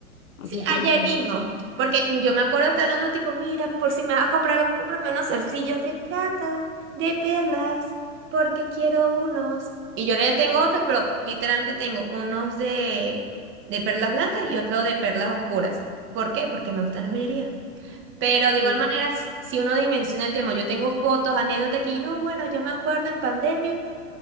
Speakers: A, on the left; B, on the right.
A: hace
B: Sí,
A: tres
B: ayer
A: años.
B: mismo, porque yo me acuerdo estar hablando tipo, mira, por si me vas a comprar, algo, cómprame unos zarcillos de plata, de perlas, porque quiero unos. Y yo ya tengo otros, pero literalmente tengo unos de, de perlas blancas y otro de perlas oscuras. ¿Por qué? Porque me gustan las joyerías. Pero de
A: Mm.
B: igual manera, si uno dimensiona el tema, yo tengo fotos, anécdotas aquí, no, bueno, yo me acuerdo en pandemia